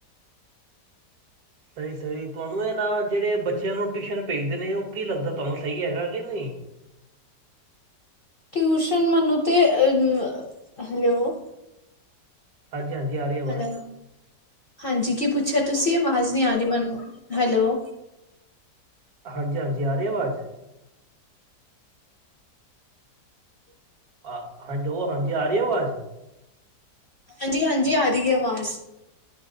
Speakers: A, on the right; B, on the left.
A: ਸਹੀ -ਸਹੀ ਤੁਹਾਨੂੰ ਇਹ ਨਾ ਜਿਹੜੇ ਬੱਚਿਆਂ ਨੂੰ ਟਿਊਸ਼ਨ ਭੇਜਦੇ ਨੇ ਉਹ ਕੀ ਲੱਗਦਾ ਤੁਹਾਨੂੰ ਸਹੀ ਹੈਗਾ ਕਿ ਨਹੀ।
B: ਟਿਊਸ਼ਨ ਮਨੋ ਤੇ ਹੈਲੋ,
A: ਹਾਂਜੀ- ਹਾਂਜੀ ਆ ਰਹੀ ਆਵਾਜ਼।
B: ਹੈਲੋ, ਹਾਂਜੀ। ਕੀ ਪੁੱਛਿਆ ਤੁਸੀ ਆਵਾਜ਼ ਨਹੀ ਆ ਰਹੀ ਮੈਨੂੰ। ਹੈਲੋ,
A: ਹਾਂਜੀ- ਹਾਂਜੀ ਆ ਰਹੀ ਆਵਾਜ਼। ਆ। ਹਾਂ, ਹਾਂਜੀ। ਆ ਰਹੀ ਆਵਾਜ਼।
B: ਹਾਂਜੀ- ਹਾਂਜੀ ਆ ਰਹੀ ਹੈ ਆਵਾਜ਼।